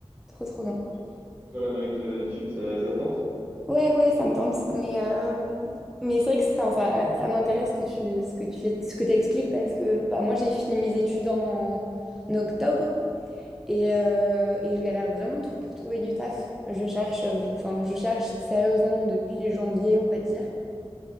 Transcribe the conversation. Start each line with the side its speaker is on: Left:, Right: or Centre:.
Centre: Trop, trop bien.
Right: Et tu- toi, l'Amérique euh, du Sud, ça, ça te tente?
Centre: Ouais, ouais, ça me tente. Mais, euh, mais c'est vrai que enfin, ça, ça m'intéresse que tu, ce que tu, ce que t'expliques parce que bah, moi, j'ai fini mes études en en octobre. Et, euh, et je galère vraiment trou- pour trouver du taf. Je cherche, euh, enfin, je cherche sérieusement depuis janvier, on va dire.